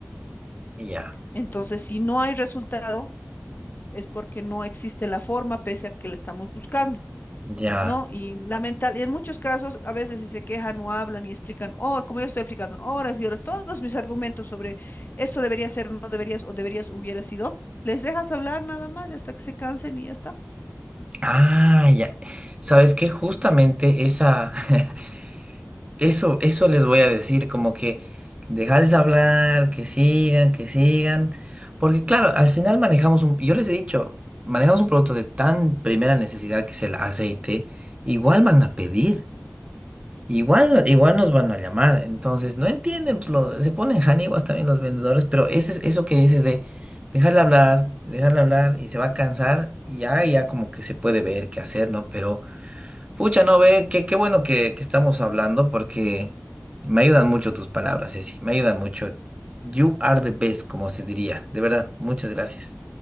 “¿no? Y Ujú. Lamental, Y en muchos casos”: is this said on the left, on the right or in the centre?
Left